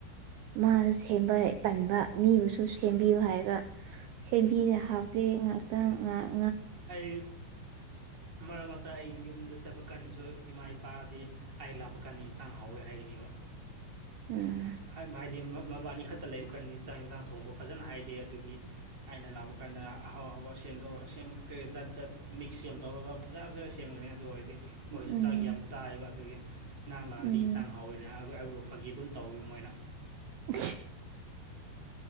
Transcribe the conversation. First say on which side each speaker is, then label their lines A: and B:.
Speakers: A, on the right; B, on the right.
A: ꯃꯥꯁꯨ ꯁꯦꯝꯕ ꯇꯟꯕ ꯃꯤꯕꯨꯁꯨ ꯁꯦꯝꯕꯤꯌꯨ ꯍꯥꯏꯕ ꯁꯦꯝꯕꯤꯔꯦ ꯍꯥꯎꯗꯦ ꯉꯍꯥꯛꯇꯪ ꯉꯍꯥꯛ
B: ꯑꯩ ꯃꯔꯛ ꯑꯩ ꯌꯨꯝꯗ ꯆꯠꯄ ꯀꯥꯟꯗꯁꯨ ꯏꯃꯥ ꯏꯄꯥꯗꯤ ꯑꯩ ꯂꯥꯞꯄ ꯀꯥꯟꯗ ꯏꯟꯁꯥꯡ ꯍꯥꯎꯋꯦ ꯍꯥꯏꯒꯅꯤꯕ
A: ꯎꯝ
B: ꯍꯥꯏꯗꯤ ꯃꯕꯥꯅꯤ ꯈꯛꯇ ꯂꯩꯕ ꯀꯥꯟꯗꯤ ꯆꯥꯛ ꯌꯦꯟꯁꯥꯡ ꯊꯣꯡꯕ ꯐꯖꯅ ꯍꯥꯏꯗꯦ ꯑꯗꯨꯒꯤ ꯑꯩꯅ ꯂꯥꯛꯄ ꯀꯥꯟꯗ ꯑꯍꯥꯎ ꯑꯍꯥꯎ ꯁꯦꯝꯗꯧꯔꯒ ꯁꯦꯝꯃꯒ ꯀꯔꯤ ꯀ ꯖꯥꯠ ꯖꯠ ꯃꯤꯛꯁ ꯌꯥꯝ ꯇꯧꯔꯒ ꯐꯖꯅ ꯐꯖꯅ ꯁꯦꯝꯒꯅꯤ ꯑꯗꯨ ꯑꯣꯏꯔꯗꯤ ꯃꯣꯏꯁꯨ
A: ꯎꯝ
B: ꯆꯥꯛ ꯌꯥꯝ ꯆꯥꯏꯕ ꯑꯗꯨꯒꯤ ꯅꯅꯥꯡ ꯂꯥꯛꯔꯗꯤ
A: ꯎꯝ
B: ꯏꯟꯁꯥꯡ ꯍꯥꯎꯋꯦꯅꯦ ꯍꯥꯏ ꯑꯔꯕ ꯐꯥꯒꯤ ꯑꯗꯨꯝ ꯇꯧꯋꯦꯕ ꯃꯣꯏꯅ
A: ꯎꯝ